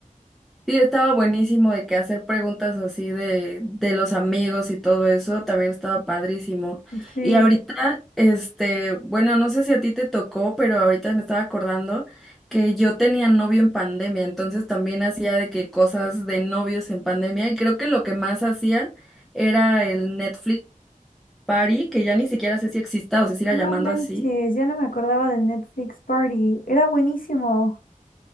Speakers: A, in the centre; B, on the left.
A: Sí, estaba buenísimo de que hacer preguntas así de, de los amigos y todo eso, también estaba padrísimo.
B: Sí.
A: Y ahorita, este, bueno, no sé si a ti te tocó, pero ahorita me estaba acordando que yo tenía novio en pandemia, entonces también hacía de que cosas de novios en pandemia y creo que lo que más hacía era el Netflix Party, que ya ni siquiera sé si exista o se siga
B: No
A: llamando
B: manches,
A: así.
B: ya no me acordaba del Netflix Party. Era buenísimo.